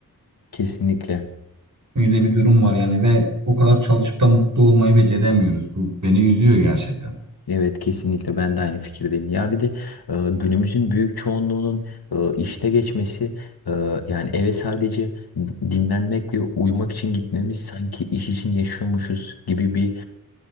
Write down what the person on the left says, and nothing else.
Kesinlikle.
Evet kesinlikle ben de aynı fikirdeyim. Ya bir de e, günümüzün büyük çoğunluğunun e, işte geçmesi e, yani eve sadece dinlenmek ve uyumak için gitmemiz sanki iş için yaşıyormuşuz gibi bir